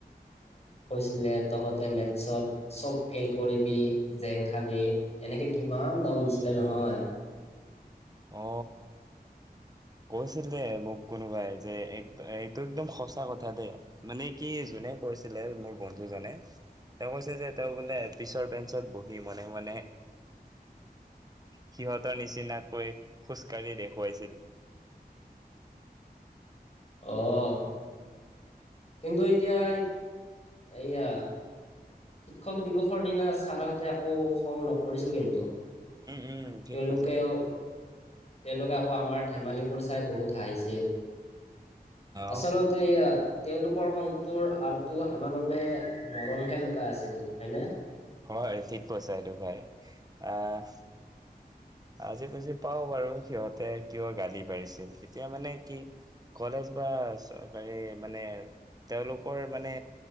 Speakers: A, on the left (about 40°); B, on the right (about 25°).
A: ছিলে তহঁতে মেথছত চব ফেইল কৰিবি জেং খাবি এনেকে কিমান দম দিছিলে নহয়
B: অ কৈছিল মোক কোনোবাই যে এইটো একদম সঁচা কথা দেই মানে কি যোনে কৈছিলে মোৰ বন্ধুজনে তেওঁ কৈছে যে তেওঁ বোলে পিছৰ পেঞ্চত বহি মানে মানে সিহঁতৰ নিচিন হৈ খোজকাঢ়ি দেখুৱাইছিল
A: আহ কিন্তু এতিয়া এয়া শিক্ষক দিৱসৰ দিনা ছাৰহঁতে আকৌ খং নকৰিছিল কিন্তু
B: উম উম ঠিক
A: তেওঁলোকেও
B: কৈছ আৰু
A: তেওঁলোকে আকৌ আমাৰ ধেমালিবোৰ চাই বহুত হাঁহিছিল।
B: অ
A: আচলতে এয়া তেওঁলোকৰ সংগটোৰ আটো আমাৰ বাবে মৰমহে <unintelligible> আছিল হয়নে।
B: হয় ঠিক কৈছা টো ভাই, আহ আজি বুজি পাও বাৰু সিহঁতে কিয় গালি পঢাৰিছিল, এতিয়া মানে কি কলেজ বা চৰকাৰী মানে তেওঁলোকৰ মানে